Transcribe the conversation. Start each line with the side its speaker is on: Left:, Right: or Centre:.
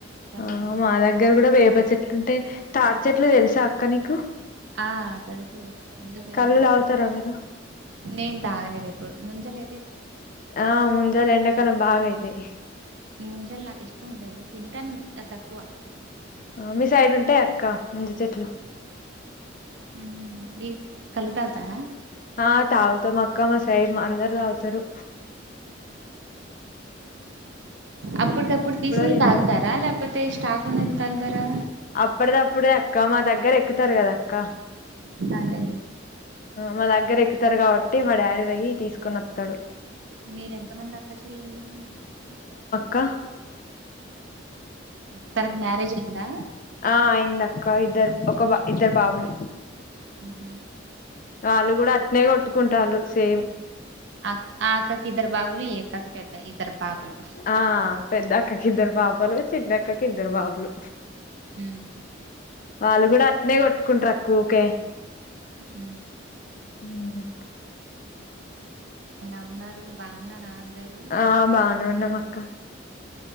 Right: చల్లగా
Left: ఆ మా దగ్గర కూడా వేప చెట్లు ఉంటయి తాడి చెట్లు తెలుసా అక్క నీకు
Right: ఆ తెలుసు ఎందుకు తెలువదు
Left: కళ్ళు తాగుతారా మీరు
Right: నేను తాగ లేదు ఎప్పుడు ముంజలయి
Left: ఆ ముంజలు ఎండాకాలం బాగా అయితయి
Right: ముంజలు నాకు ఇష్టం ఉండదు తింటాం తక్కువ
Left: ఆ మీ సైడ్ ఉంటయి అక్క ముంజ చెట్లు
Right: ఉం బీర్ కల్లు తాగుతార
Left: ఆ తాగుతామ్ అక్క మా సైడ్ అందరు తాగు తరు
Right: అప్పుటికప్పుడు తీసినయి
Left: తింటాం
Right: తాగుతారా లేకపోతే స్టాక్ ఉన్నది తాగుతారా
Left: అప్పటిదప్పుడే అక్క మా దగ్గర ఎక్కుతారు కదా అక్క
Right: అదేలే
Left: మా దగ్గర ఎక్కుతారు కాబట్టి బట్టి మా డాడీ పోయ్యి తీసుకోని వత్తడు
Right: మీరెంతమంది అక్క చెల్లెళు
Left: కా
Right: తనకి మ్యారేజ్ అయిందా
Left: ఆ అయిందక్క ఇద్దరు ఒక బా ఇద్దరు బాబులు
Right: ఉ
Left: వాళ్ళు కూడా అట్నే కొట్టుకుంటాల్లు సేమ్
Right: ఆ ఆ అక్కకి ఇద్దరు బాబులు ఈ అక్కకి పెద్ద ఇద్దరు పాపలు
Left: ఆ పెద్ద అక్కకి ఇద్దరు పాపలు చిన్న అక్కకి ఇద్దరు బాబులు
Right: ఉం
Left: వాళ్ళు కూడా అట్నే కొట్టుకుంటారు ఊకె
Right: అ
Left: అవునా
Right: ఎలా ఉన్నారు బాగున్నారా అందరూ
Left: ఆ బానే ఉన్నాము అక్క